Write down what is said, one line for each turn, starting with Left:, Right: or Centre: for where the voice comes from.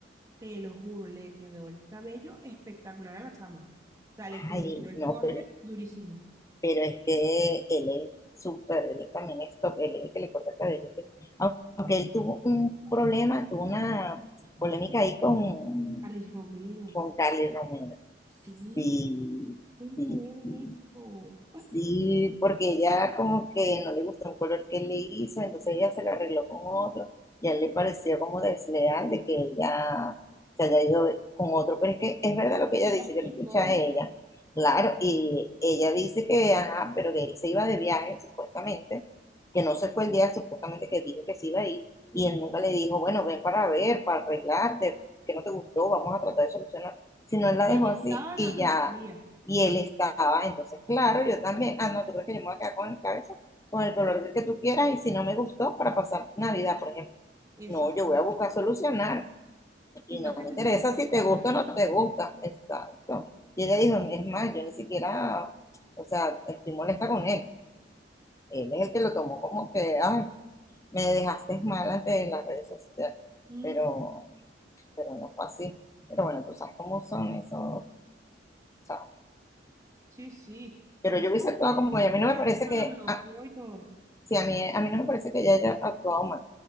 Right: Te lo juro, le quedó el cabello espectacular a la chama. O sea, le corrigió
Left: Ay,
Right: el
Left: no,
Right: corte
Left: pero
Right: durísimo.
Left: pero es que él es súper, él también es top, él es el que le corta el cabello. Aunque él tuvo un problema, tuvo una polémica ahí con,
Right: Carlos Romero.
Left: con Carly Romero.
Right: Sí,
Left: Sí,
Right: me enteré
Left: sí,
Right: de
Left: sí.
Right: eso.
Left: Sí, porque ella como que no le gustó un color que él le hizo, entonces ella se lo arregló con otro, y a él le pareció como desleal de que ella se haya ido con otro, pero es que es verdad lo que ella
Right: Ella
Left: dice,
Right: explicó.
Left: yo lo escuché a ella, claro, y ella dice que, ajá, pero que él se iba de viaje supuestamente, que no se fue el día supuestamente que dijo que se iba a ir,
Right: mm,
Left: y él nunca le dijo, bueno, ven para ver, para arreglarte, que no te gustó, vamos a tratar de solucionar, sino él la
Right: Y
Left: dejó
Right: él estaba
Left: así
Right: en
Left: y
Right: la peluquería.
Left: ya, y
Right: Ah,
Left: él estaba, entonces, claro, yo también, ah, no, tú crees que yo me voy a quedar con el cabeza, con el color que tú quieras, y si no me gustó, para pasar Navidad, por ejemplo,
Right: exactamente.
Left: no, yo voy a buscar solucionar,
Right: Y
Left: y
Right: más
Left: no
Right: que
Left: me
Right: se
Left: interesa
Right: suponía
Left: si
Right: que
Left: te
Right: eran
Left: gusta
Right: amigos.
Left: o no te gusta, exacto. Y ella dijo, es más, yo ni siquiera, o sea, estoy molesta con él, él es el que lo tomó como que, ay, me dejaste <laughs> mal ante las redes sociales,
Right: Ujú.
Left: pero, pero no fue así. Pero bueno, tú sabes cómo son esos, ¿sabes?
Right: Sí, sí.
Left: Pero
Right: No,
Left: yo hubiese actuado
Right: y ella
Left: como
Right: dice
Left: ella. A mí no
Right: que
Left: me parece
Right: él hasta
Left: que,
Right: la bloqueó
Left: ah,
Right: y todo.
Left: sí, a mí, a mí no me parece que ella haya actuado mal.